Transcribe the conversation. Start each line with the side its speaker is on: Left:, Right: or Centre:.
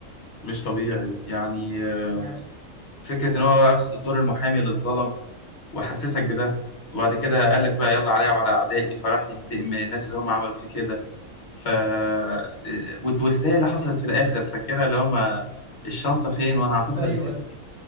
Left: مش طبيعي يعني آه،
Right: يعني
Left: فكرة إن هو أخد الدور المحامي اللي اتظلم وحسسك بده وبعد كده قال لك بقى يلا عليا وعلى أعدائي فراح ينتقم من الناس اللي هم عملوا فيه كده ف آه، والتويستاية اللي حصلت في الآخر فاكرها اللي هم الشنطة فين وأنا عطيتها
Right: ايوه
Left: للست
Right: ايوه
Left: دي